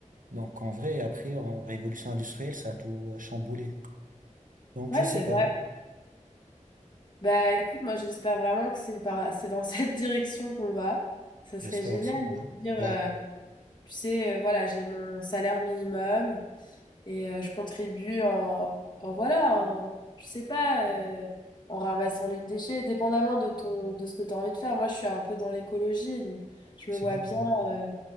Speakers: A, on the right (about 80°); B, on the left (about 35°).
A: Donc, en vrai, après, en révolution industrielle, ça a tout euh, chamboulé. Donc,
B: ouais,
A: je sais
B: c'est
A: pas.
B: vrai. Bah écoute, moi j'espère vraiment que c'est par... c'est dans <laughs> cette direction qu'on va. Ça serait
A: J'espère
B: génial
A: aussi. Ouais.
B: de se dire,
A: Ouais.
B: euh, tu sais, euh, voilà, j'ai mon salaire minimum, Et euh, je contribue en, en voilà, en, je sais pas, euh, en ramassant les déchets, dépendamment de ton, de ce que tu as envie de faire. Moi, je suis un peu dans l'écologie, donc je
A: C'est
B: me vois
A: bien.
B: bien,
A: Ouais.
B: euh,